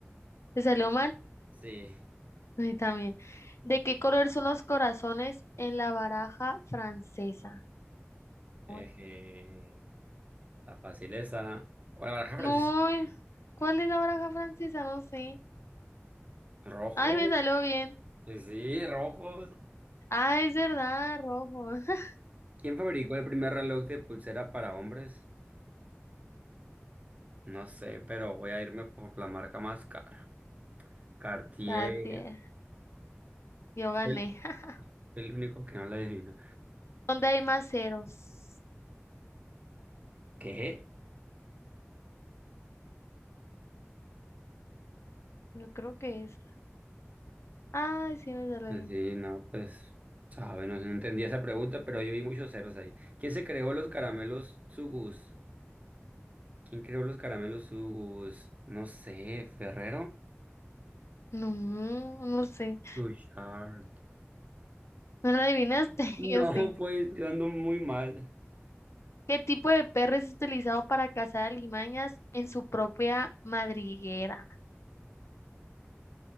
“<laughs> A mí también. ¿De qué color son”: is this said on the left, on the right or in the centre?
Left